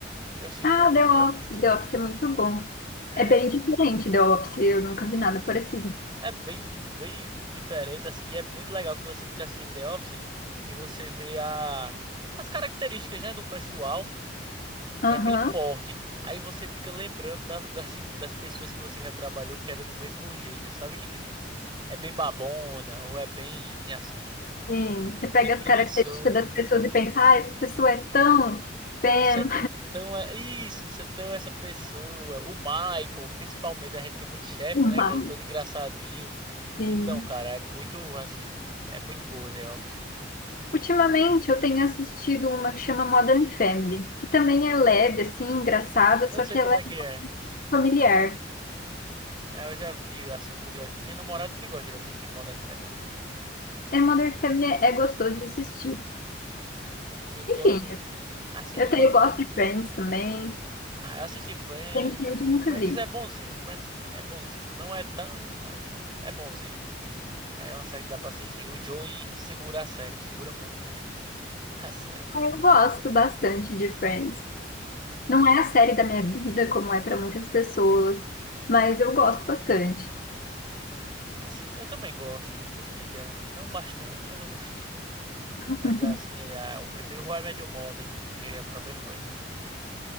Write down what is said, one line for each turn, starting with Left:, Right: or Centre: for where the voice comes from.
Right: Eu, assim,
Left: Ah,
Right: eu assisto...
Left: The Office. The Office é muito bom.
Right: é,
Left: É bem diferente The Office, eu nunca vi nada parecido.
Right: É bem, bem diferente, assim, e é muito legal que você fica assistindo The Office e você vê a, as características, né, do pessoal,
Left: Aham.
Right: que é bem forte. Aí você fica lembrando das, <laughs> das, tipo, das pessoas que você já trabalhou que era do mesmo jeito, sabe? Que, tipo, é bem babona, ou é bem, assim,
Left: Sim, você pega
Right: bem preguiçoso.
Left: as características das pessoas e pensa, ah, essa pessoa
Right: Isso,
Left: é tão Pam,
Right: isso é tão... é- Isso, isso é tão essa pessoa. O Michael, principalmente, a gente tem muito chefe,
Left: uma.
Right: né, que é todo engraçadinho.
Left: Sim.
Right: Então, cara, é muito, assim... É muito boa The Office.
Left: Ultimamente eu tenho assistido uma que chama Modern Family, que também é leve, assim, engraçada, só
Right: Eu sei
Left: que
Right: como
Left: ela é
Right: é que é.
Left: familiar.
Right: É, Eu já vi, assim, um pouco da... Minha namorada que gosta de assistir Modern Family.
Left: É Modern Family é gostoso de assistir.
Right: Eu gosto...
Left: Enfim,
Right: Assim,
Left: Eu,
Right: eu
Left: tenho,
Right: gosto...
Left: eu gosto de Friends também.
Right: Ah, eu assisti Friends.
Left: Seinfeld eu nunca
Right: Friends
Left: vi.
Right: é bonzinho. Friends é bonzinho. Não é tão, mas é bonzinho. É uma série que dá pra assistir. O Joey segura a série. Segura muito <laughs> a série.
Left: Ah, Eu gosto bastante de Friends.
Right: É.
Left: Não é a série da minha vida, como é para muitas pessoas, mas eu gosto bastante.
Right: Assim, eu também gosto. Eu gostei dela. Não bastante, mas eu gostei.
Left: <laughs>
Right: É, mas assim, é, eu prefiro How I Met Your Mother do que a própria Friends.